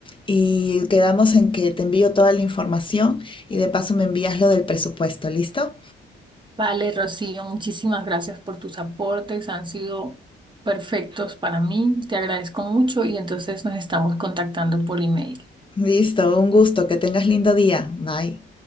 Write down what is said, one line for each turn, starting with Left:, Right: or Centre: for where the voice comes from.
Left: y quedamos en que te envío toda la información y de paso me envías lo del presupuesto, ¿listo?
Right: Vale, Rocío, muchísimas gracias por tus aportes, han sido perfectos para mí, te agradezco mucho y entonces nos estamos contactando por email.
Left: Listo, un gusto, que tengas lindo día. Bye.